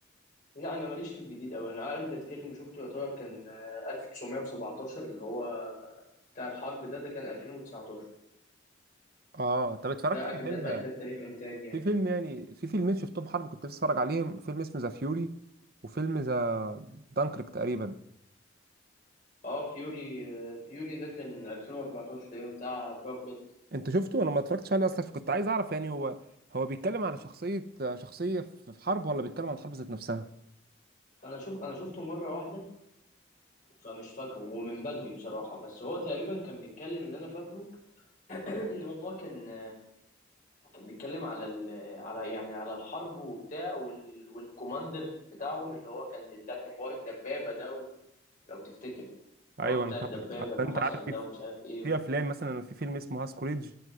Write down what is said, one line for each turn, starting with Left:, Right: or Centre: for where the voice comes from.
Left: لا انا ماليش في الجديد قوي انا اجدد فيلم شفته يعتبر كان آه، 1917 اللي هو بتاع الحرب ده ده كان 2019
Right: اه طب اتفرجت
Left: ده اجدد
Right: على فيلم
Left: اجدد تاريخ انتاج يعني
Right: في فيلم يعني في فيلمين شفتهم حرب كنت بتفرج عليهم فيلم اسمه ذا فيوري وفيلم ذا دانكريك تقريبا
Left: اه فيوري آه، فيوري ده كان 2014 تقريبا بتاع براد بيت
Right: انت شفته انا ما اتفرجتش عليه اصلا فكنت عايز اعرف يعني هو هو بيتكلم على شخصية شخصية في في حرب ولا بيتكلم عن الحرب ذات نفسها
Left: انا شوف انا شفته مره واحده فمش فاكره ومن بدري بصراحة بس هو تقريبا كان بيتكلم اللي أنا فاكره <clears throat> إن هو كان كان بيتكلم على ال... على يعني على الحرب وبتاع وال... والكوماندر بتاعهم اللي هو كان بتاعت حوار الدبابة ده و... لو تفتكر الحوار
Right: ايوه
Left: بتاع
Right: انا فهمت
Left: الدبابة
Right: اصل
Left: اللي
Right: انت
Left: حصل
Right: عارف في
Left: ده ومش عارف إيه
Right: في
Left: و...
Right: افلام مثلا في فيلم اسمه هاسكوريدج